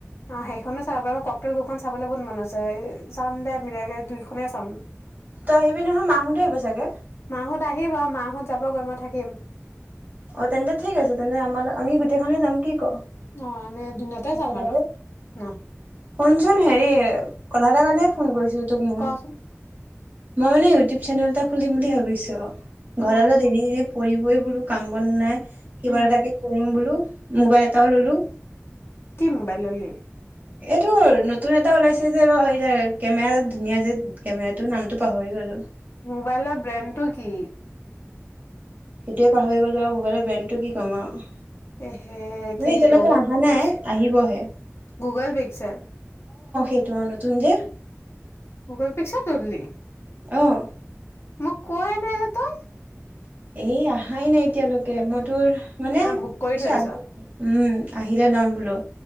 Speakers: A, on the left; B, on the right.
A: অ' সেইখনো চাব বাৰু মই ককটেল খন চাবলে বহুত মন আছে, এ চাম দে মিলাই-মিলাই দুখনে চাম।
B: তই আহিবি নহয়, মা সোতে আহিব চাগে।
A: মাহত আহিব, আৰু মাহত যাব গৈ মই থাকিম।
B: অ' তেন্তে ঠিক আছে তেন্তে আমাৰ আমি গোটেইখনে যাম কি ক।
A: অ' আমি দুদিনতে
B: একেলগে,
A: যাম আৰু ন?
B: শুনচোন হেৰি কথা এাৰ কাৰণে ফোন কৰিছিলো তোক মই।
A: কচোন
B: মই মানে ইউটিউব চেনেল এটা খুলিম বুলি ভাবিছো। ঘৰলৈ
A: অ
B: দেৰি কৰিবই বোলো। কাম বন নাই। কিবা
A: উম
B: এটাকে কৰিম বোলো, মোবাইল এটাও ললো।
A: কি মোবাইল ললি?
B: এইটো নতুন এটা ওলাইছে যে, ৰ-এয়া কেমেৰাটো ধুনীয়া যে, কেমেৰাটো নামটো পাহৰি গ'লো।
A: মোবাইলৰ ব্ৰেণ্ডটো কি?
B: সেইটোৱে পাহৰি গ'লো ব আৰু মোবাইলৰ ব্ৰেণ্ডটো কি ক'ম আৰু
A: এ হে
B: মানে
A: কি
B: এতিয়ালৈকে
A: অপুচ,
B: অহা নাই আহিবহে।
A: গুগল পিকচেল।
B: এইটো অ', নতুন যে
A: গুগল পিকচল ললি?
B: অ।
A: মোক কোৱাই নাই তহ'তে।
B: এই আহাই নাই এতিয়ালৈকে, মই তোৰ মানে,
A: বুক কৰি
B: কৈছোঁ
A: থৈছ
B: আহিব বুলি, উম। আহিলে ল'ম বোলো,